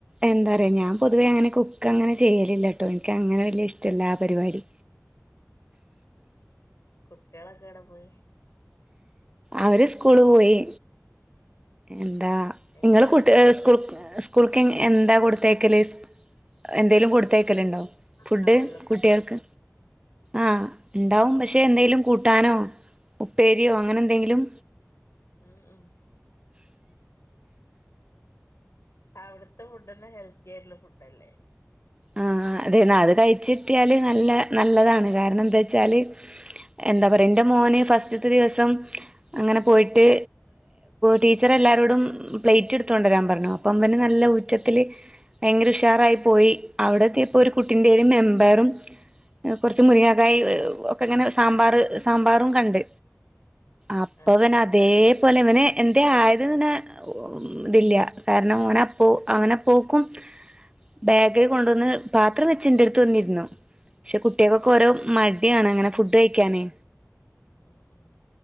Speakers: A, on the right (about 20°); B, on the left (about 80°).
A: എന്തറയാ ഞാൻ പൊതുവേ അങ്ങനെ കുക്കങ്ങനെ ചെയ്യലില്ല ട്ടോ ൻക്കങ്ങനെ വല്യഷ്ടല്ല
B: ആഹ്
A: ആ പരിപാടി
B: കുട്ടിയാളൊക്കെവടെ പോയി
A: അവര് സ്കൂള് പോയി എന്താ
B: എങ്ങനെ
A: ഇങ്ങളെ കുട്ടി ഏ സ്കൂ സ്കൂൾക്ക് എന്താ കൊടുത്തയക്കല് എന്തേലും കൊടുത്തയക്കല്ണ്ടോ ഫുഡ്
B: ഉണ്ടാവല്ലോ
A: കുട്ടികൾക്ക്
B: ഫുഡ്
A: ആഹ് ണ്ടാവും പക്ഷെ എന്തെലും കൂട്ടാനോ ഉപ്പേരിയോ അങ്ങനെന്തെങ്കിലും
B: ഉം ഉം അവിട്ത്തെ ഫുഡന്നെ ഹെൽത്തിയായിട്ട്ള്ള ഫുഡല്ലേ
A: ആഹ് അതെ ന്നാ അത് കയിച്ചിട്ടിയാല്
B: ഉം
A: നല്ല നല്ലതാണ് കാര്ണം ന്താ ച്ചാല് എന്താ പറയ
B: ഉം
A: ന്റെ മോന് ഫസ്റ്റ്ത്തെ ദിവസം അങ്ങനെ പോയിട്ട് ടീച്ചറെല്ലാരോടും പ്ലേറ്റ് ട്ത്തൊണ്ടരാൻ പറഞ്ഞു അപ്പം അവന് നല്ല ഊറ്റത്തില് ഭയങ്കരുഷാറായി
B: ഉം
A: പോയി അവിടത്യപ്പൊരു കുട്ടിന്റീല് കയ്യില്മമ്പയറും കൊർച്ച് മുരിങ്ങക്കായ് ഒക്കെങ്ങനെ സാമ്പാറ് സാമ്പാറും കണ്ട് അപ്പൊ
B: ആഹ്
A: തന്നെ അതേപോലെ ഇവന് എന്തേ ആയത് പിന്നെ ഇതില്ല കാര്ണം ഓനപ്പൊ അവന പോക്കും ബാ ക്കില് കൊണ്ട് വന്ന് പാത്രം വെച്ച് ന്റെട്ത് വന്നിര്ന്നു പക്ഷെ കുട്ടിയൾക്കൊക്കോരോ
B: ആഹ്
A: മ ട്യണ് ങ്ങനെ ഫുഡ് കഴിക്കാന്
B: ഉം ഉം